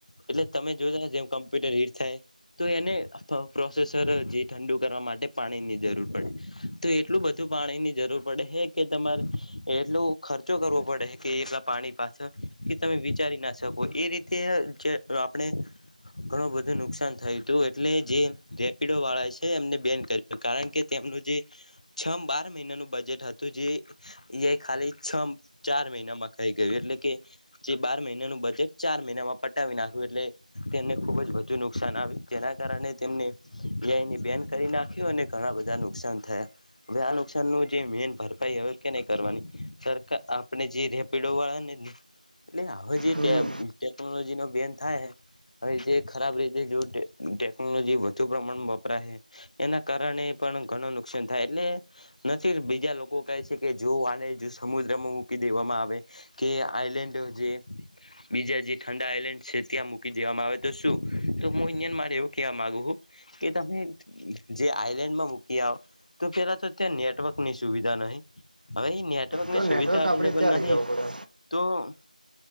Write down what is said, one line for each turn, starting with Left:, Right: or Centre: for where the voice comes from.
Left: એટલે તમે જોતાં જાવ જેમ કમ્પ્યુટર હીટ થાય. તો એને પ્રોસેસર જે ઠંડુ કરવા માટે પાણીની જરૂર પડે. તો એટલું બધું પાણીની જરૂર પડે હે કે તમારે એટલો ખર્ચો કરવો પડહે કે એ પાણી પાછળ કે તમે વિચારી ના શકો એ રીતે જે આપણે ઘણું બધું નુકસાન થયું તું એટલે જે રેપિડોવાળા છે એમણે બેન કરી કારણ કે તેમનું જે છ બાર મહિનાનું બજેટ હતું જે એ આઈ ખાલી છ ચાર મહિનામાં ખઈ ગયું એટલે કે જે બાર મહિનાનું બજેટ ચાર મહિનામાં પટાવી નાયખુ એટલે તેમને ખૂબ જ વધુ નુકસાન આવ્યું જેના કારણે તેમને એ આઈને બેન કરી નાખ્યું અને ઘણાં બધાં નુકસાન થયા. હવે આ નુકસાનનું જે મેન ભરપાઈ હવે કે નહીં કરવાની સરકાર આપણે જે રેપિડોવાળાને એટલે હવે જે
Right: હમ
Left: ટે ટેકનોલોજીનો બેન થાય હવે જે ખરાબ રીતે જો ટેક ટેકનોલોજી વધુ પ્રમાણમાં વપરાહે. એના કારણે પણ ઘણું નુકસાન થાય એટલે નથી બીજા લોકો કહે છે કે જો આને જો સમુદ્રમાં મૂકી દેવામાં આવે કે આઈલેન્ડ અ જે બીજા જે ઠંડા આઈલેન્ડ છે ત્યાં મૂકી દેવામાં આવે તો શું તો હું ઈન્ડિયન મારે એવું કહેવા માંગુુ હું કે તમે જે આઈલેન્ડમાં મૂકી આવ તો કેેલા તો ત્યાં નેટવર્કની સુવિધા નહિ હવે એ નેટવર્ક ની
Right: તો
Left: સુવિધા
Right: નેટવર્ક
Left: અવેલેબલ
Right: આપણે ત્યાં
Left: નહિ
Right: લઈ જવું પડે
Left: તો